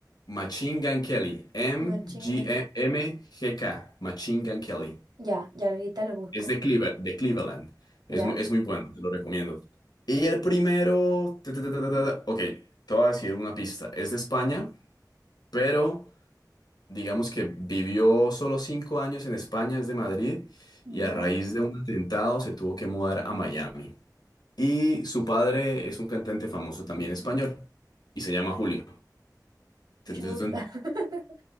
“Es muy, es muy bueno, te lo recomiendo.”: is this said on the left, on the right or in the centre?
Left